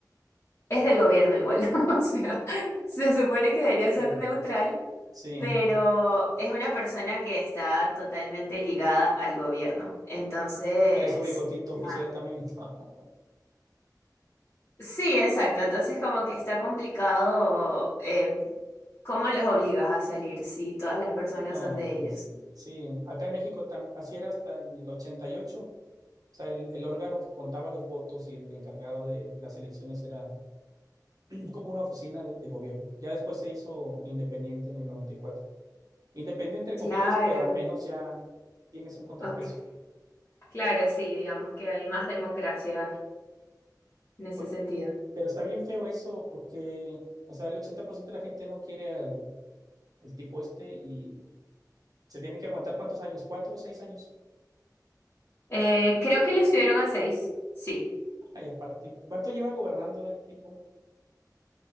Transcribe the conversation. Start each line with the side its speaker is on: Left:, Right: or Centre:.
Left: Es del gobierno igual, <laughs> o sea, se supone que debería ser
Right: ya.
Left: neutral,
Right: Sí,
Left: pero es una persona que está totalmente ligada al gobierno. Entonces,
Right: trae su bigotito
Left: nada.
Right: oficial también. <laughs>
Left: Sí, exacto. Entonces como que está complicado eh, cómo los obligas a salir si todas las personas
Right: No,
Left: son de
Right: pues
Left: ellos.
Right: sí. Acá en México tam- así era hasta el 88. sea, el, el órgano que contaba los votos y el encargado de las elecciones era como una oficina de, de gobierno. Ya después se hizo independiente en el noventa y cuatro Independiente entre
Left: Claro,
Right: comillas, pero al menos ya tienes un contrapeso.
Left: ok. Claro, sí, digamos que hay más democracia en ese
Right: Oye,
Left: sentido.
Right: pero está bien feo eso porque, o sea, el 80% de la gente no quiere al, al tipo este y se tiene que aguantar cuántos años, cuatro, seis años.
Left: Eh, creo que le subieron a seis, sí.
Right: Ay, aparte, ¿cuánto lleva gobernando el tipo?